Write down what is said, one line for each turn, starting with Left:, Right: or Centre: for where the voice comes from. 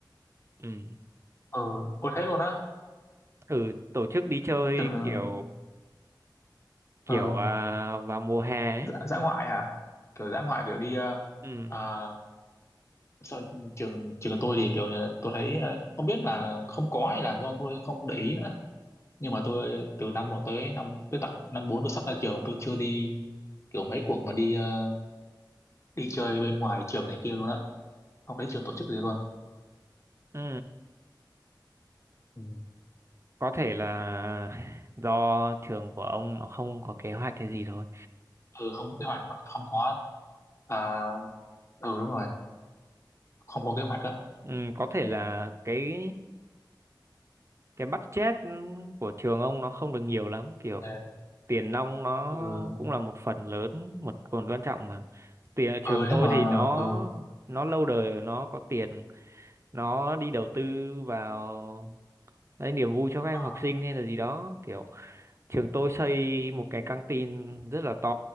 Right: Ừ.
Left: ờ có thế luôn á
Right: Ừ, tổ chức đi chơi
Left: trường
Right: kiểu kiểu
Left: ờ
Right: à, vào mùa hè ấy.
Left: dã, dã ngoại hả kiểu dã ngoại kiểu đi ờ,
Right: Ừ.
Left: ờ, sao trường trường của tôi thì kiểu ờ, tôi thấy ờ, không biết là không có hay là do tôi không để ý nữa nhưng mà tôi từ năm một tới năm tới tận năm bốn tôi sắp ra trường tôi chưa đi kiểu mấy cuộc mà đi ờ, đi chơi bên ngoài trường này kia luôn á không thấy trường tổ chức gì luôn
Right: Ừ.
Left: Ừ.
Right: Có thể là do trường của ông nó không có kế hoạch cái gì thôi.
Left: ừ không có kế hoạch hoặc không có à, ừ đúng rồi không có kế hoạch á
Right: Ừ, có thể là cái cái budget của trường ông nó không được nhiều lắm kiểu
Left: Dạ.
Right: tiền nong nó
Left: ừ
Right: cũng là một phần lớn một phần quan trọng mà tiền trường
Left: ừ
Right: tôi
Left: thế mà
Right: thì nó
Left: ừ
Right: nó lâu đời nó có tiền nó đi đầu tư vào đấy niềm vui cho các em
Left: ờ,
Right: học sinh hay là gì đó kiểu trường tôi xây một cái căng tin rất là to